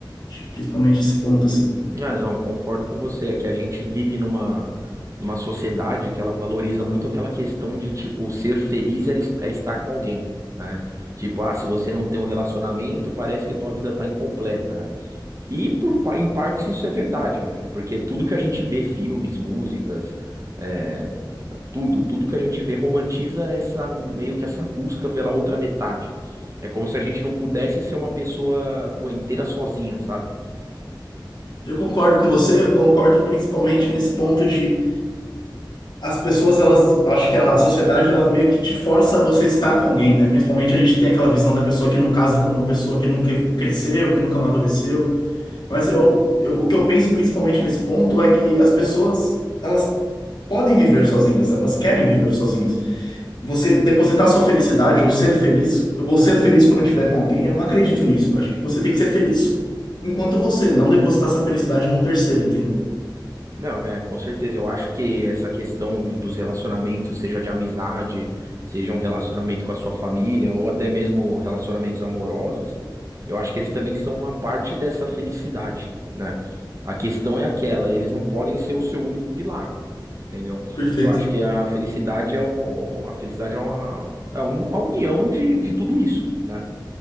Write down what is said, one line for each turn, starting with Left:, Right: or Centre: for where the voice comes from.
Left: Acho que principalmente esse ponto, assim.
Right: Ah, não, eu concordo com você. É que a gente vive numa, numa sociedade que ela valoriza muito aquela questão de, tipo, ser feliz é es- é estar com alguém, né? Tipo, ah, se você não tem um relacionamento, parece que tua vida tá incompleta, né? E por, pa- em parte isso é verdade, né? Porque tudo que a gente vê, filmes, músicas, é, tudo, tudo que a gente vê romantiza essa meio que essa busca pela outra metade. É como se a gente não pudesse ser uma pessoa, pô, inteira sozinha, sabe?
Left: Eu concordo com você, eu concordo principalmente nesse ponto de as pessoas, elas, eu acho que ela- a sociedade, ela meio que te força a você estar com alguém, né? Principalmente a gente tem aquela visão da pessoa que não casa como uma pessoa que nunca cresceu, que nunca amadureceu. Mas eu, eu- o que eu penso principalmente nesse ponto é que as pessoas, elas podem viver sozinhas, elas querem viver sozinhas. você depositar sua felicidade ou ser feliz, eu vou ser feliz quando eu estiver com alguém, eu não acredito nisso. Eu acho que você tem que ser feliz enquanto você, não depositar essa felicidade num terceiro, entendeu?
Right: Não, é, com certeza. Eu acho que essa questão de- dos relacionamentos, seja de amizade, seja um relacionamento com a sua família, ou até mesmo relacionamentos amorosos, eu acho que eles também são uma parte dessa felicidade, né? A questão é aquela, eles não podem ser o seu único pilar, entendeu?
Left: Perfeito.
Right: Eu acho que a felicidade é o, a felicidade é uma, é um- uma união de, de tudo isso, né?